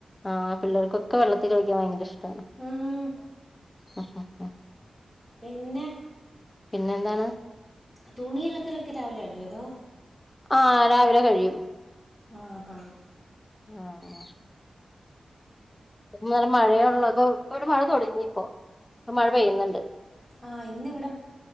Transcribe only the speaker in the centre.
ഉം
പിന്നെ
തുണി അലക്കലൊക്കെ രാവിലെ കഴിയോ അതോ
ആഹ്
ആഹ് ഇന്നവിടെ